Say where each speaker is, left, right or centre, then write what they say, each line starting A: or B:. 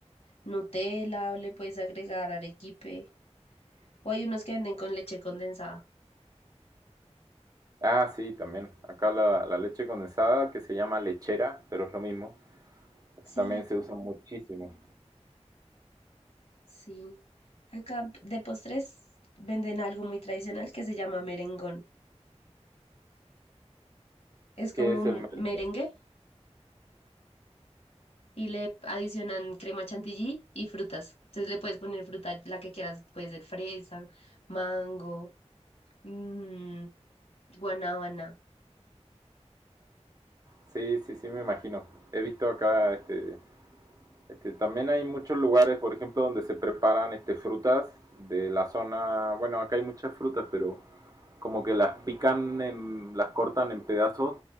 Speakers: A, on the left (about 65°); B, on the right (about 35°).
A: Nutella o le puedes agregar arequipe. O hay unos que venden con leche condensada.
B: Ah, sí, también. Acá la, la leche condensada, que se llama lechera, pero es lo mismo. Este también
A: Sí,
B: se usa muchísimo.
A: sí. Acá de postres venden algo muy tradicional que se llama merengón. Es
B: ¿Qué
A: como
B: es
A: un
B: el mermelada?
A: merengue y le adicionan crema chantilly y frutas. Entonces le puedes poner fruta, la que quieras, puede ser fresa, mango, mm, guanábana.
B: Sí, sí, sí, me imagino. He visto acá este, Este, también hay muchos lugares, por ejemplo, donde se preparan este, frutas de la zona, bueno, acá hay muchas frutas, pero como que las pican, en- las cortan en pedazos